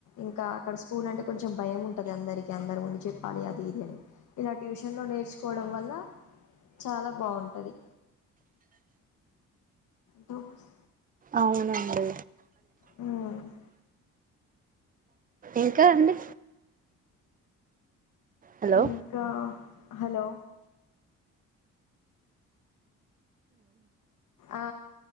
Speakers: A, on the left (about 75°); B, on the right (about 30°).
A: ఇంకా అక్కడ స్కూల్ అంటే కొంచెం భయం ఉంటుంది అందరిక అందరి ముందు చెప్పాలి అది ఇది అని ఇలా ట్యూషన్ లో నేర్చుకోవడం వల్ల చాలా బాగుంటది ధూమ్స్
B: అవునండి
A: హ్మ్
B: ఇంకా అండి హలో
A: ఇంకా హలో ఆ